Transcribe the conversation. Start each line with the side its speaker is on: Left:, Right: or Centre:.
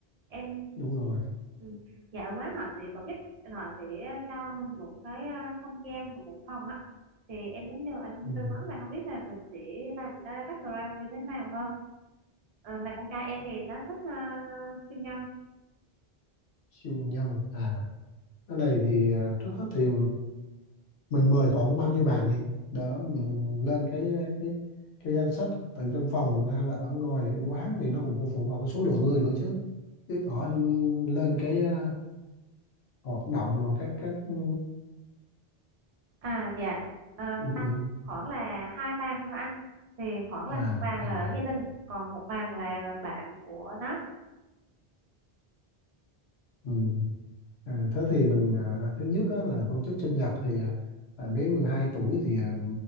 Right: Em
Left: đúng rồi
Right: ừ. Dạ ở quán họ sẽ tổ chức Họ sẽ cho mình một cái ờ, không gian và một phòng á Thì em muốn nhờ anh
Left: ừ.
Right: tư vấn là không biết là mình sẽ làm ra background như thế nào hơn Ờ, Mà con trai em thì nó thích ờ, siêu nhân
Left: siêu nhân à cái này thì à, trước hết thì mình mời khoảng bao nhiêu bạn nhỉ đỡ mình lên cái cái cái danh sách từ trong phòng hay là ở ngoài ở quán thì nó cũng phụ thuộc vào cái số lượng người nữa chứ chứ có anh lên cái ờ, hoạt động rồi các các ừ,
Right: À dạ Ờ,
Left: ừ,
Right: tầm
Left: ừ.
Right: khoảng là hai bàn thôi anh thì khoảng là một
Left: à
Right: bàn
Left: hai
Right: là
Left: bạn
Right: ở gia đình còn một bàn là bạn của nó
Left: ừ. à, thế thì mình à, thứ nhất á, là tổ chức sinh nhật thì à, à, bé 12 tuổi thì à,